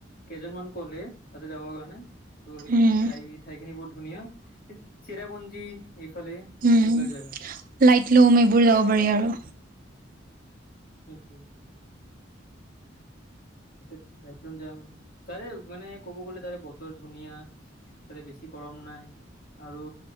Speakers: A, on the left; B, on the right.
A: কেইজন মান কলে তাতে যাবৰ কাৰণে। ত'
B: উম
A: ঠাই-ঠাইখিনি বহুত ধুনীয়া। চেৰাপুঞ্জি এইফালে
B: উম।
A: এইবিলাক জেগা।
B: লাইট লোম এইবোৰ যাব পাৰি আৰু
A: সেটো তলুম যাম তাৰে মানে ক'ব গ'লে তাৰে বতৰ ধুনীয়া তাতে বেছি গৰম নাই আৰু